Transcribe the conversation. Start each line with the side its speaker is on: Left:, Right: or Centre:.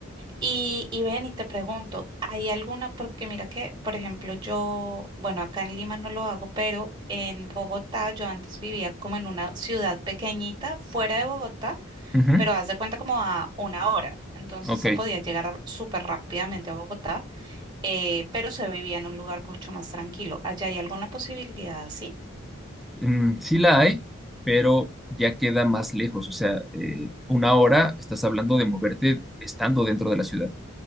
Right: Y, y ven y te pregunto, ¿hay alguna? Porque mira que, por ejemplo, yo, bueno, acá en Lima no lo hago, pero en Bogotá yo antes vivía como en una ciudad pequeñita fuera de Bogotá,
Centre: Ujú,
Right: pero haz de cuenta como a una hora. Entonces
Centre: Ok.
Right: se podía llegar a- súper rápidamente a Bogotá, eh, pero se vivía en un lugar mucho más tranquilo. ¿Allá hay alguna posibilidad así?
Centre: Mm, sí la hay, pero ya queda más lejos. O sea, eh, una hora estás hablando de moverte estando dentro de la ciudad,